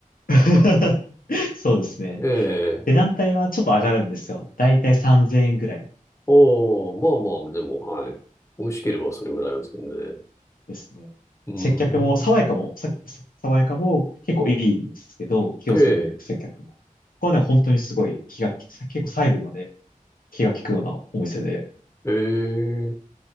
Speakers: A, on the left (about 85°); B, on the left (about 20°).
A: <laughs> そうですね。
B: <laughs>
A: 値段帯はちょっと上がるんですよ。
B: ええ
A: だいたい3000円ぐらい
B: おおまあまあ、でも、はい。美味しければそれぐらいは全然。う
A: ですね。
B: ーん。
A: 接客も、爽やかも、さっき言った爽やかも結構いいんですけど、気をつけてる接客も。
B: ええ
A: ここはね、本当にすごい気が利く、結構細部まで気が利くようなお店で、
B: ええ